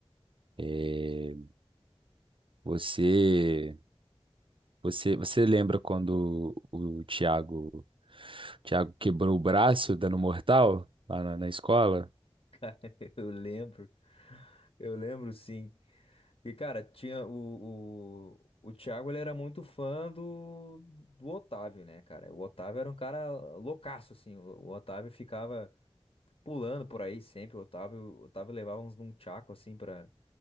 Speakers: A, on the right (about 60°); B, on the left (about 70°).
A: É, você, você, você lembra quando o Thiago, o Thiago quebrou o braço dando mortal lá na, na escola?
B: <laughs> Eu lembro, eu lembro sim. E, cara, tinha o, o, o Thiago, ele era muito fã do, do Otávio, né, cara? O Otávio era um cara loucaço, assim. O, o Otávio ficava pulando por aí sempre. O Otávio, o Otávio levava uns num tchaco, assim, pra,